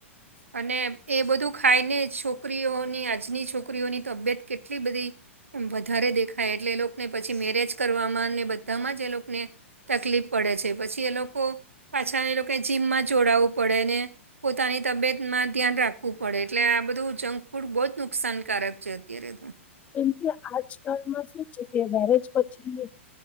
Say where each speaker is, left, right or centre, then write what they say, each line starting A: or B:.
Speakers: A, on the right; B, on the left.
A: અને એ બધું ખાઈ ને છોકરીઓની આજની છોકરીઓની તબિયત કેટલી બધી એમ વધારે દેખાય એટલે એ લોકોને પછી મેરેજ કરવામાં અને બધામાં જ એ લોકોને. તકલીફ પડે છે પછી એ લોકો પાછા એ લોકો જીમમાં જોડાવું પળ ને પોતાની તબિયતમાં ધ્યાન રાખવું પડે એટલે આ બધું જંક ફૂડ બહુજ નુકસાનકારક છે અત્યારે તો
B: કેમ કે આજકાલમાં શું છે કે મેરેજ પછી